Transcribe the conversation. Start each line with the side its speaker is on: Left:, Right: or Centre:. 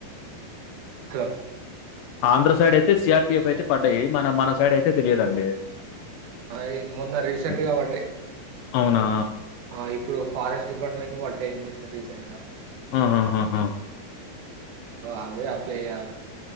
Right: హలో <unintelligible>
Left: ఆంధ్ర సైడ్ అయితే సిఆర్పిఎఫ్ అయితే పడ్డాయి మన మన సైడ్ అయితే తెలియదండి
Right: అ మొన్న రీసెంట్
Left: హ్మ్.
Right: గా పడ్డే
Left: అవునా?
Right: ఆ ఇప్పుడు ఫారెస్ట్ డిపార్ట్మెంట్ పాడై రీసెంట్ గ
Left: హా హ హహ
Right: అవి అప్లై చేయాలా